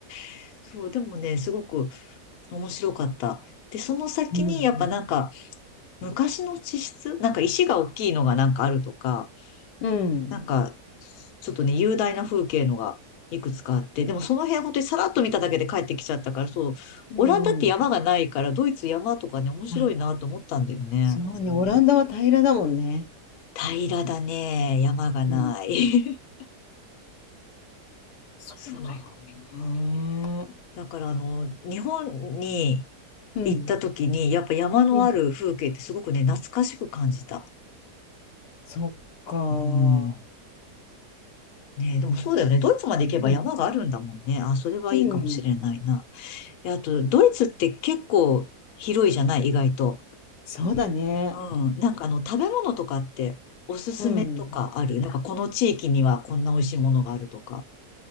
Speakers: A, on the left; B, on the left.
A: <laughs> そう、でもね、すごく面白かった。で、その先にやっぱなんか、
B: うんうん。
A: 昔の地質、なんか石が大きいのがなんかあるとか、
B: うん。
A: なんか、ちょっとね、雄大な風景のがいくつかあって、でもその辺本当にさらっと見ただけで帰ってきちゃったから、そう、
B: うんうん。
A: オランダって山がないから、ドイツ山とかね、面白いなと思ったんだよね。
B: あ、そうね。オランダは平らだもんね。
A: 平らだね、山がない。
B: うん。
A: <laughs>
B: そうだよね。
A: そう。だからあの、日本に
B: うん。
A: 行った時に、やっぱ山のある風景ってすごくね、
B: うん。
A: 懐かしく感じた。
B: そっか。
A: うん。ねえ、でもそうだよね。ドイツまで行けば山があるんだもんね。
B: うん。
A: あ、それはいいかもしれないな。
B: うん。
A: であと、ドイツって結構広いじゃない意外と。
B: そうだね。
A: うん。なんかあの、食べ物とかっておすすめとかあるなんかこの地域にはこんな美味しいものがあるとか。
B: うん。